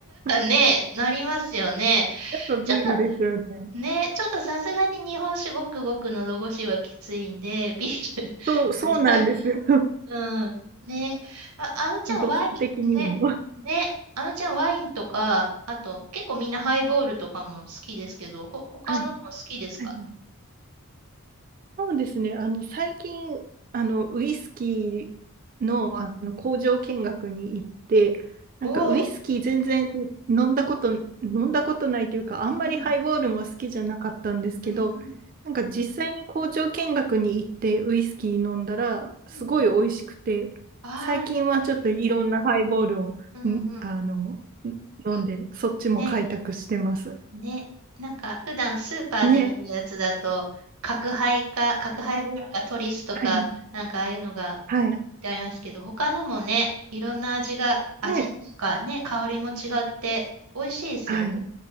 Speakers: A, on the right; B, on the right.
A: <laughs>
B: ね、えなりますよね。
A: やっぱビールですよね。
B: ちょっと、ね、ちょっとさすがに日本酒ごくごくのど越しはきついんで、ビール
A: そう、そうなんですよ。
B: <laughs> うん。ね。あ、あのちゃんワイン、
A: 度数的にも。
B: ね、
A: <laughs>
B: ね、あのちゃんワインとか、あと、結構みんなハイボールとかも好きですけど、ほ、他のも好きですか
A: はい。はいはいそうですね。あの、最近、あの、ウイスキーの、あの工場見学に行って、なんかウイスキー全然飲んだこと、
B: おおー、
A: 飲んだことないというか、あんまりハイボールも好きじゃなかったんですけど、
B: うん、うん、うん、
A: なんか実際に工場見学に行ってウイスキー飲んだら、すごい美味しくて、
B: うん。ああ、
A: 最近はちょっといろんなハイボールを、
B: いいね。うん、
A: んあの、
B: うん。
A: ん飲んで、そっちも開拓してます。
B: ね。ね、なんか普段スーパーで見るやつだと、
A: ね。
B: 角ハか、角ハイボールかトリスとか、
A: はいはい
B: なんかああいうのがいっぱいありますけど、
A: はい。
B: 他のもね、いろんな味が、味っていうかね、
A: ね、
B: 香りも違って美味しいですよね。
A: はい。